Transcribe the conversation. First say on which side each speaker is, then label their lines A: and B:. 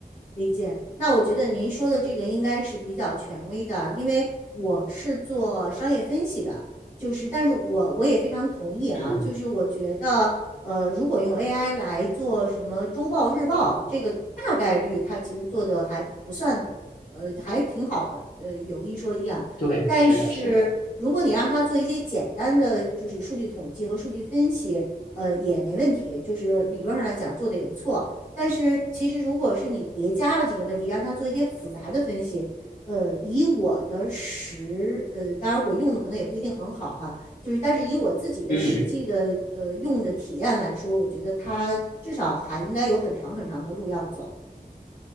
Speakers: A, on the left; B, on the left.
A: 理解。那我觉得您说的这个应该是比较权威的，因为我是做商业分析的，就是但是我我也非常同意啊，
B: 嗯，
A: 就是我觉得呃，如果用 AI 来做什么周报、日报，这个大概率它其实做的还不算，呃，还挺好的，呃，有一说一啊。
B: 对，
A: 但是如果你让它做一些简单的就是数据统计和数据分析，
B: 是的，是的，
A: 呃，也没问题，就是理论上来讲做的也不错。但是其实如果是你叠加了几个问题，让他做一些复杂的分析，呃，以我的实，呃，当然我用的可能也不一定很好哈，就是但是以我自己的实际的呃用的体验来说，
B: 嗯，
A: 我觉得他至少还应该有很长很长的路要走。